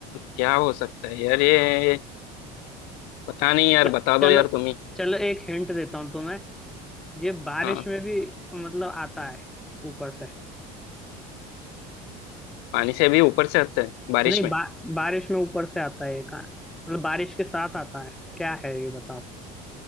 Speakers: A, on the left (about 70°); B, in the centre.
A: क्या हो सकता है यार ये पता नहीं यार
B: च-
A: बता
B: चलो
A: दो यार तुम ही
B: चलो एक हिंट देता हूँ तुम्हें ये बारिश
A: हाँ
B: में भी मतलब आता है ऊपर से
A: पानी से भी ऊपर से आता है बारिश
B: नहीं
A: में
B: बा, बारिश में ऊपर से आता है ये कहाँ मतलब बारिश के साथ आता है क्या है ये बताओ